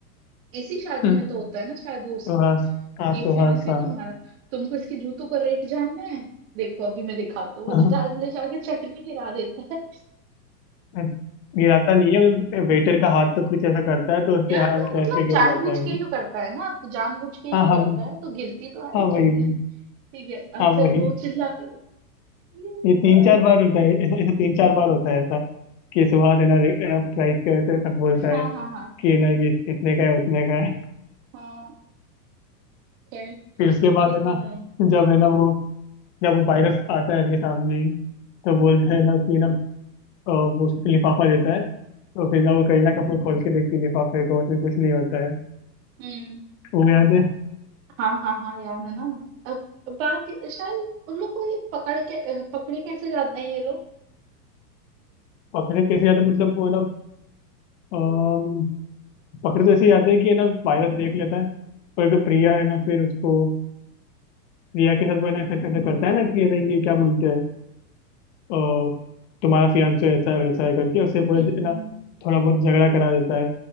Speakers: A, on the right; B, on the left.
A: इसी शादी
B: हम्म,
A: में तो होता है ना शायद वो सीन
B: सुहास हाँ
A: ये
B: सुहास
A: फियांसे
B: हाँ
A: है तुम्हारा तुमको इसके जूतों का रेट जानना है देखो अभी मैं दिखाता हूँ वो
B: हाँ
A: जा-
B: <laughs>
A: ले जाके चटनी गिरा देता है
B: गिराता नहीं है वेटर का हाथ तो कुछ ऐसा करता है तो उसके
A: यार
B: हाथ
A: तो
B: पैर
A: मतलब
B: पे
A: जानबूझ
B: गिर जाता है वो।
A: के ही तो करता है ना तो जानबूझ के ही
B: हाँ
A: तो
B: हाँ
A: करता है तो गिरती तो है
B: हाँ
A: ही
B: वही
A: चटनी
B: वही
A: ठीक है
B: हाँ
A: अब
B: वही
A: फिर वो चिल्ला के बोलता है, "ये
B: ये
A: बुआ
B: तीन चार
A: ने-"
B: बार होता है ऐसा ऐसा तीन चार बार होता है ऐसा कि सुहास है ना प्राइस के वजह से सब बोलता
A: हाँ
B: है
A: हाँ हाँ
B: कि ना ये इतने का है उतने का है
A: हाँ खैर
B: फिर उसके बाद
A: ये
B: है ना
A: तो है
B: जब है ना वो जब वो वायरस आता है उसके सामने तो बोलता है ना कि ना अ, वो उसको लिफाफा देता है तो फिर ना वो करीना कपूर खोल के देखती है लिफाफे को उसमें कुछ नहीं होता है
A: हम्म
B: वो याद है
A: हाँ हाँ हाँ यार है ना अब बात ये- शायद उन लोग को ये पकड़ के अ, पकड़े कैसे जाते हैं ये लोग
B: पकड़े कैसे जाते मतलब वो ना अम्म, पकड़े तो ऐसे ही आते हैं कि है ना वायरस देख लेता है पर जो प्रिया है ना फिर उसको प्रिया के साथ वो है ना ऐसा ऐसा करता है ना कि है ना ये क्या बोलते हैं अ, तुम्हारा फियांसे ऐसा है वैसा है करके उससे पूरा
A: हम्म
B: है ना थोड़ा बहुत झगड़ा करा देता है